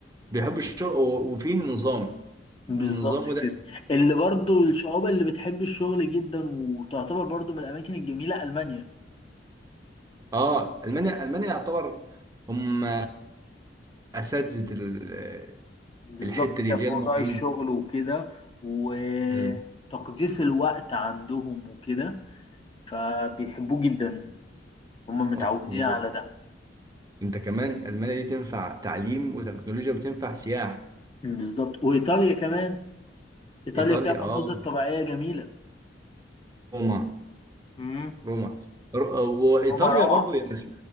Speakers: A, on the right (about 20°); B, on the left (about 30°).
A: بيحبوا الشرق و- وفي نظام
B: بالظبط
A: النظام ده
B: كده اللي برضو الشعوب اللي بتحب الشغل جدا وتعتبر برضو من الأماكن الجميلة ألمانيا
A: اه المانيا المانيا يعتبر هم اساتذه ال-
B: بالظبط
A: الحته
B: كده
A: دي اللي
B: في
A: هي المواعيد
B: موضوع الشغل وكده وتقديس
A: مم.
B: الوقت عندهم وكده فبيحبوه جدا هم متعودين
A: آه. و-
B: على ده
A: انت كمان المانيا دي تنفع تعليم وتكنولوجيا وتنفع سياحه
B: بالظبط وإيطاليا كمان إيطاليا
A: ايطاليا
B: فيها
A: اه
B: مناظر طبيعية جميلة
A: روما
B: مم.
A: روما ر- وايطاليا
B: روما روعة
A: برضو هي مش-